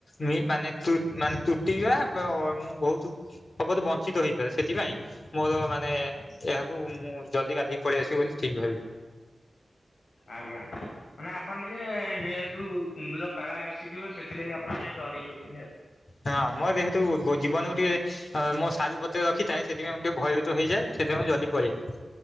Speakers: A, on the left; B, on the left.
A: ମୁଇ ମାନେ ତୁ ମାନେ ତୁଟିବା ବାଅ ମୁଁ ବୋହୁତୁ <unintelligible> ବଞ୍ଚିତ ହେଇପାରେ ସେଥିପାଇଁ ମୋରୋ ମାନେ ଏହାକୁ ମୁଁ ଜଲ୍ଦି ଗାଧେଇକି ପଳେଇ ଆସିବି ବୋଲି ଠିକ୍ ଭାବି
B: ଆଜ୍ଞା ମାନେ ଆପଣ ଟିକେ ଯେହେତୁ କୁମ୍ଭୀର କାଳା ଆସିଥିବ ସେ ଥିଲାଗି ଆପଣ ଟିକେ ଡରି ଯାଉଥୁଲେ ଆଉ।
A: <unintelligible> ଯେହେତୁ ବୁ ଜୀବନକୁ ଟିକେ ଅଁ ମୋ ସାରୁ ପତ୍ର ରଖିଥାଏ ସେଥିପାଇଁ ମୁଁ ଟିକେ ଭୟଭୀତ ହେଇଯାଏ ସେଥିପାଇଁ ମୁଁ ଜଲ୍ଦୀ ପଳେଇ